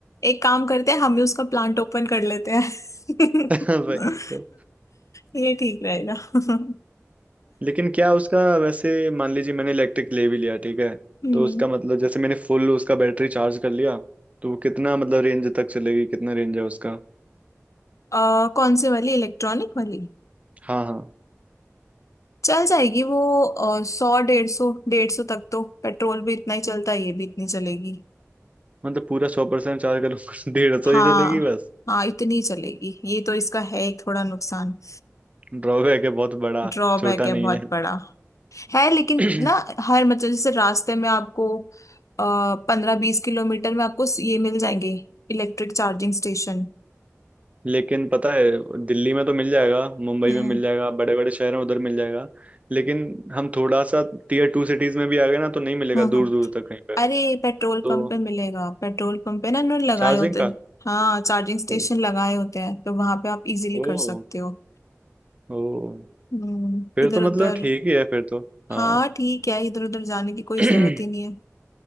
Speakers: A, on the left; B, on the right.
A: एक काम करते हैं हम ही उसका प्लांट ओपन कर लेते हैं <laughs>
B: <laughs> वही तो
A: ये ठीक रहेगा <laughs>
B: लेकिन क्या उसका वैसे मान लीजिए मैंने इलेक्ट्रिक ले भी लिया ठीक है
A: हम्म
B: तो उसका मतलब जैसे मैंने फुल उसका बैटरी चार्ज कर लिया तो वो कितना मतलब रेंज तक चलेगी कितना रेंज है उसका
A: अ, कौन से वाली इलेक्ट्रॉनिक वाली
B: हाँ हाँ
A: चल जाएगी वो अ, सौ डेढ़ सौ डेढ़ सौ तक तो पेट्रोल भी इतना ही चलता है ये भी इतनी चलेगी
B: मतलब पूरा सौ परसेंट चार्ज कर लूँ <laughs> डेढ़ सौ
A: हाँ
B: ही चलेगी बस
A: हाँ इतनी चलेगी ये तो इसका है एक थोड़ा नुकसान
B: ड्रॉबैक है बहुत बड़ा
A: ड्रॉबैक
B: छोटा
A: है
B: नहीं
A: बहुत बड़ा है लेकिन
B: है
A: ना
B: <clears throat>
A: हर मतलब जैसे रास्ते में आपको आ, पंद्रह बीस किलोमीटर में आपको ये मिल जाएंगे इलेक्ट्रिक चार्जिंग स्टेशन
B: लेकिन पता है दिल्ली में तो मिल जाएगा मुंबई
A: हम्म
B: में मिल जाएगा बड़े बड़े शहर में उधर मिल जाएगा लेकिन हम थोड़ा सा टीयर टू सिटीज में भी आ गए ना तो नहीं मिलेगा
A: हम्म
B: दूर
A: हम्म।
B: दूर तक कहीं पे
A: अरे पेट्रोल
B: तो
A: पंप पे मिलेगा पेट्रोल पंप पे ना उन्होंने लगाए
B: चार्जिंग
A: होते हैं
B: का
A: हाँ चार्जिंग स्टेशन
B: तो,
A: लगाए होते हैं तो वहां पे आप इजीली
B: ओ
A: कर सकते हो
B: ओ
A: हम्म
B: फिर
A: इधर
B: तो मतलब
A: उधर
B: ठीक ही है फिर तो
A: हाँ
B: हाँ
A: ठीक है इधर उधर जाने की कोई
B: <clears throat>
A: जरूरत
B: तो
A: ही नहीं है